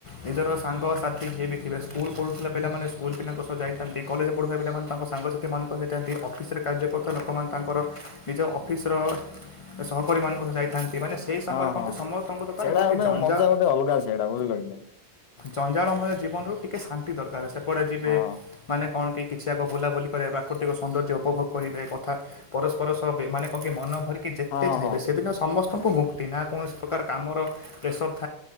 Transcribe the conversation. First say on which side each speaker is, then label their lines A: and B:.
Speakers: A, on the left; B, on the left.
A: ନିଜର ସାଙ୍ଗସାଥି ଯିଏ ବି ଥିବେ ସ୍କୁଲ ପଳଉଥିଲେ ପିଲାମାନେ ସ୍କୁଲ ପିଲାଙ୍କ ସହ ଯାଇଥାନ୍ତି। କଲେଜ୍ ପଢ଼ୁଥିବା ପିଲାମାନେ ତାଙ୍କ ସାଙ୍ଗ ସାଥିମାନଙ୍କୁ ଯାଇଥାନ୍ତି ଅଫିସରେ କାର୍ଯ୍ୟ କରୁଥିବା ଲୋକମାନେ ତାଙ୍କର ନିଜ ଅଫିସର ସହକର୍ମୀ ମାନଙ୍କ ସହ ଯାଇଥାନ୍ତି ‌। ମାନେ ସ ସେହି ସମୟରେ
B: ହଁ ହଁ
A: କହନ୍ତି
B: ହଁ
A: ସମସ୍ତଙ୍କ ଦରକାର
B: ସେଇଟା
A: କଣ କି
B: ଗୋଟେ
A: ଜଞ୍ଜା
B: ମଜା ଗୋଟେ ଅଲଗା ସେଇଟା ବୁଝିଲ କି ନାଇଁ
A: ଜଞ୍ଜାଳମୟ ଜୀବନରୁ ଟିକେ ଶାନ୍ତି ଦରକାର। ସେପଟେ ଯିବେ
B: ହଁ
A: ମାନେ କଣ କି? କିଛି ଆଗ ବୁଲାବୁଲି କରେଇବା ପ୍ରାକୃତିକ ସୌନ୍ଦର୍ଯ୍ୟ ଉପଭୋଗ କରିବେ। କଥା ପରସ୍ପର ସହ ବେ ମାନେ କଣ କି ମନ ଭରିିକି କି ଯେତେ
B: ହଁ
A: ଚାହିଁବେ
B: ହଁ।
A: ସେଦିନ ସମସ୍ତଙ୍କୁ ମୁକ୍ତି। ନା କୌଣସି ପ୍ରକାର କାମର ପ୍ରେସର